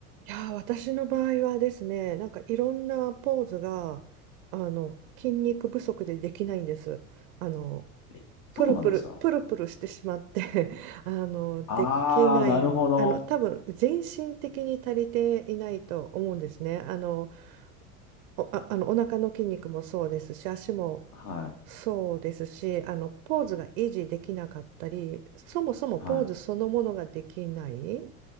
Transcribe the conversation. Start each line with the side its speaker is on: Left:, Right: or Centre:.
Right: いやー、私の場合はですね、なんかいろんなポーズが、あの、筋肉不足でできないんです。あの、
Left: え、そうなんですか
Right: プルプル、プルプルしてしまって <laughs> あの、
Left: ああー、
Right: できない、
Left: なるほど。
Right: あの、多分、全身的に足りていないと思うんですね。あの、お、あ、あの、お腹の筋肉もそうですし、足も
Left: はい。
Right: そうですし、あの、ポーズが維持できなかったり、そもそもポーズそのものができない。
Left: はい。